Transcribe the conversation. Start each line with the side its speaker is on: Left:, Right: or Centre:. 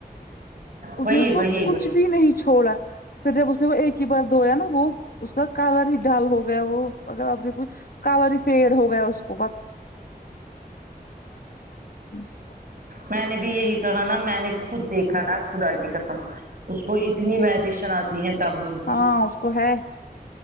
Left: اس
Right: وہی
Left: نے اس کو
Right: وہی
Left: کچھ
Right: وہی
Left: بھی نہیں چھوڑا فیر جب اس نے وہ ایک ہی بار دھویا نا وہ اس کا کالر ہی ڈال ہو گیا وہ اگر اپ دیکو کلر ہی فیڈ ہو گیا اس کو <unintelligible>
Right: میں نے بھی یہی کہا نا میں نے خود دیکھا نا خدا کی قسم اس کو اتنی ویریشن آتی ہیں کب روم کی
Left: ہاں اس کو ہے